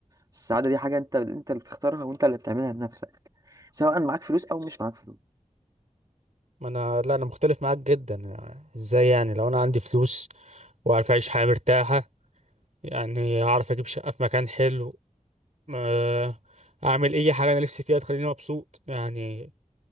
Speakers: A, on the right; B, on the right.
A: السعادة دي حاجة أنت أنت اللي بتختارها وأنت اللي بتعملها بنفسك سواء معاك فلوس أو مش معاك فلوس
B: ما انا لا انا مختلف معاك جدا يعني ازاي يعني لو انا عندي فلوس وعارف أعيش حياة مرتاحة يعني هعرف أجيب شقة في مكان حلو آه، اعمل اي حاجه انا نفسي فيها تخليني مبسوط يعني